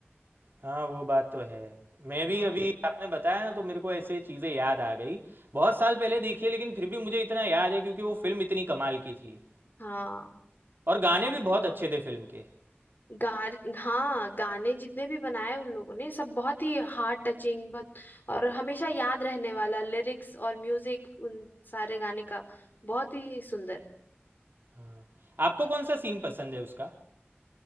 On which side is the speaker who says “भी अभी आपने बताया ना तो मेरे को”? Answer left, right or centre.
Right